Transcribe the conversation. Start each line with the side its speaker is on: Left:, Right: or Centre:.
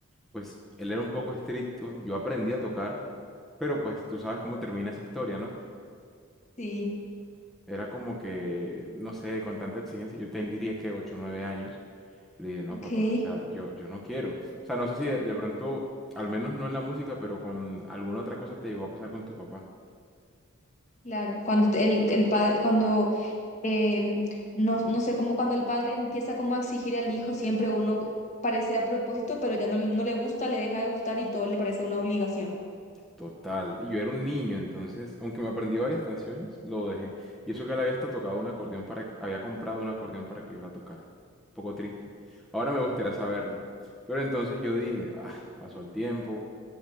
Centre: pues, él era un poco estricto. Yo aprendí a tocar. Pero, pues, tú sabes cómo termina esa historia, ¿no?
Left: sí,
Centre: Era como que, no sé, con tanta exigencia. Yo tendría que 8 o 9 años. Le dije, no,
Left: ok.
Centre: papá, o sea, yo, yo no quiero. O sea, no sé si de, de pronto, al menos no en la música, pero con alguna otra cosa te llegó a pasar con tu papá.
Left: Claro, cuando te- el, el padre, cuando em, no, no sé, como cuando el padre empieza como a exigir al hijo, siempre uno parece a propósito, pero ya no, le- no le gusta, le deja de gustar y todo le parece una obligación.
Centre: Total. Y yo era un niño, entonces, aunque me aprendí varias canciones, lo dejé. Y eso que él había hasta tocado un acordeón para que, había comprado un acordeón para que yo la tocara. Un poco triste. Ahora me gustaría saberlo. Pero entonces yo dije, ah, pasó el tiempo,